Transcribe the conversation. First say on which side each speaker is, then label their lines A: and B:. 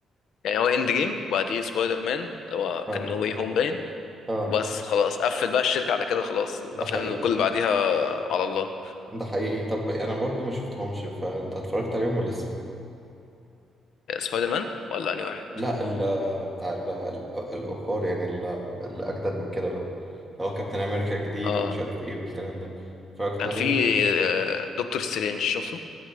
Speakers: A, on the left (about 75°); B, in the centre.
A: يعني هو اند جيم وبعديه سبايدر مان اللي هو
B: اه
A: كان نو واي هوم باين
B: اه
A: وبس خلاص قفل بقى الشركه على كده خلاص الافلام
B: ده حقيقي
A: اللي كل اللي بعديها على الله
B: ده حقيقي طب انا برضو ما شفتهمش فانت اتفرجت عليهم ولا لسه
A: سبايدر مان ولا انهي واحد
B: لا ال بتاع ال الأخر يعني ال- اللي أجدد من كده بقى اللي هو كابتن أمريكا الجديد
A: اه
B: ومش عارف إيه والكلام ده اتفرجت
A: كان
B: عليهم
A: في
B: ولا؟
A: آه، دكتور سترينج شفته